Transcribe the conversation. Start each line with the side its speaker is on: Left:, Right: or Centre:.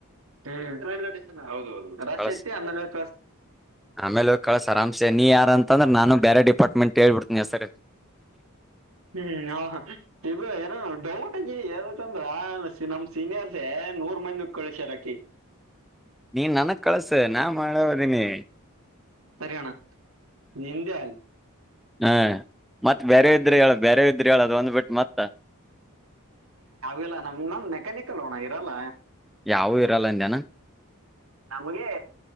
Right: ಹ್ಮ್ ರೈಲ್ವೆ ಸ್ಟೇಷನ್ ಹೌದು ಹೌದು ರಶ
Centre: ಕಳಸ
Right: ಐತಿ ಆಮೇಲೆಸ್
Centre: ಆಮೇಲೆ ಕಳಸ ಆರಾಮ್ಸೆ ನೀ ಯಾರ ಅಂತ ಅಂದ್ರೆ ನಾನು ಬೇರೆ ಡಿಪಾರ್ಟ್ಮೆಂಟ್ ಹೇಳ್ಬಿಡ್ತೀನಿ ಸರ್
Right: ಹ್ಮ್ ಹ ಹ ಇ ಹ ಡೌಟ್ ಆಕಿ ಎದಕಂದ್ರ ನಮ್ ಸೀನಿಯರ್ಸ್ ನೂರ್ ಮಂದಿ ಕಳಸಾರಕಿ
Centre: ನೀನ್ ನನಗ್ ಕಳಸ ನಾ ಮಾಡವ್ದೀನಿ
Right: ಸರಿಯಣ ನಿಂದಲ್
Centre: ಹ್ಮ ಮತ್ತೆ ಬೇರೆ ಇದ್ರೆ ಹೇಳ ಬೇರೆ ಇದ್ರೆ ಹೇಳದು ಒಂದ್ ಬಿಟ್ಟು ಮತ್ತ
Right: ಯಲ್ಲ ನಮ್ ನಮ್ ಮೆಕ್ಯಾನಿಕಲ್ ಹೋಣ ಇರಲ್ಲ
Centre: ಯಾವ ಇರಲ್ಲಂದನಾ
Right: ನಮಗೆ